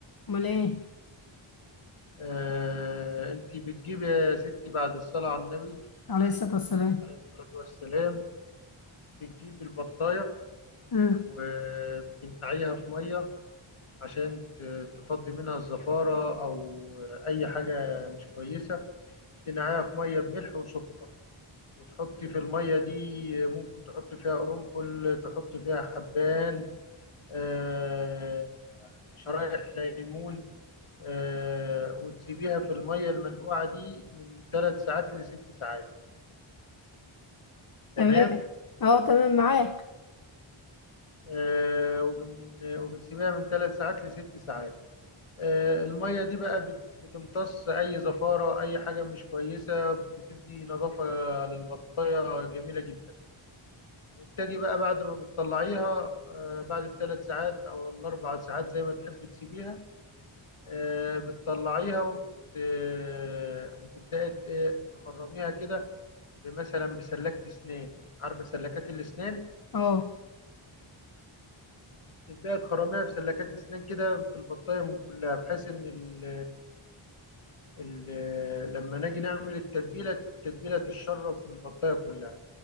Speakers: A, on the left; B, on the left.
A: امال ايه
B: آه، انت بتجيب يا ستي بعد الصلاة على النبي
A: عليه الصلاه والسلام
B: عليه الصلاة والسلام بتجيب البطاية
A: امم
B: وبتنقعيها في مية عشان ت- تفضي منها الزفارة أو أي حاجة مش كويسة تنقعيها في ميه بملح وسكر وتحطي في الميه دي ممكن تحطي فيها قرنفل تحطي فيها حبان آه، شرايح ليمون آه، وتسيبيها في الميه المنقوعه دي من ثلاث ساعات لست ساعات تمام
A: تمام اه تمام معاك
B: آه، وبن- وبتسيبيها من ثلاث ساعات لست ساعات آه، الميه دي بقى بت- بتمتص اي زفاره اي حاجه مش كويسه بتدي نظافه للبطايه جميله جدا وبتجي بقى بعد ما بتطلعيها آه، بعد الثلاث ساعات او الاربع ساعات زي ما تحبي تسيبيها آه، بتطلعيها وت... آه، وتبداي ت- إيه، تخرميها كده مثلا بسلكة اسنان عارفة سلكات الاسنان
A: اه
B: تبداي تخرميها بسلكات اسنان كده في البطاية من كلها بحيث ان ال... ال... لما نيجي نعمل التتبيلة التتبيلة تتشرب من البطاية كلها